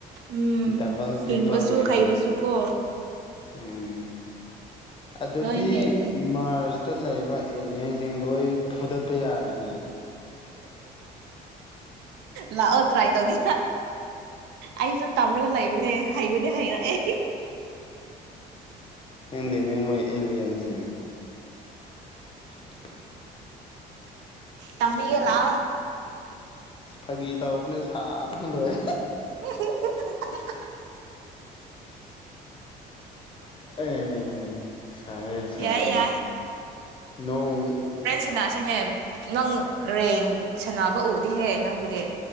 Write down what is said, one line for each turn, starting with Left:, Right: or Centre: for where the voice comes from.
Right: ꯎꯝ
Left: ꯗꯕꯜ ꯇ꯭ꯔꯤꯄꯜꯅꯦꯕ
Right: ꯍꯤꯡꯕꯁꯨ ꯍꯩꯕꯁꯨ ꯀꯣ
Left: ꯎꯝ ꯑꯗꯨꯗꯤ
Right: ꯂꯣꯏ ꯍꯦꯜꯂꯤ
Left: ꯃꯥꯔꯆ ꯈꯨꯠꯇ ꯂꯩꯕ ꯑꯦꯂꯤꯟꯁꯤꯡ ꯂꯣꯏ ꯐꯨꯗꯠꯄ ꯌꯥꯔꯦꯅꯦ
Right: ꯂꯥꯛꯑꯣ ꯇ꯭ꯔꯥꯏ ꯇꯧꯅꯤ ꯑꯩꯁꯨ ꯇꯧꯔꯒ ꯂꯩꯕꯅꯦ ꯍꯩꯕꯨꯗꯤ ꯍꯩꯔꯛꯑꯦ
Left: ꯎꯝꯗꯤꯅꯦ ꯃꯣꯏ ꯑꯦꯂꯤꯟ ꯑꯗꯨ <unintelligible>
Right: ꯇꯝꯕꯤꯒꯦ ꯂꯥ
Left: ꯆꯐꯒꯤ ꯒꯤ ꯇꯥꯎ ꯃꯅꯦ ꯆꯕꯅ ꯂꯣꯏ
Right: <unintelligible>
Left: ꯑꯦ ꯁꯔꯦ ꯁꯔꯦ
Right: ꯌꯥꯏ ꯌꯥꯏ
Left: ꯅꯣꯡ
Right: ꯁꯅꯥꯁꯦꯅꯦ ꯅꯪ ꯔꯦꯡ ꯁꯅꯕ ꯎꯗꯍꯦ ꯅꯪꯕꯨꯗꯤ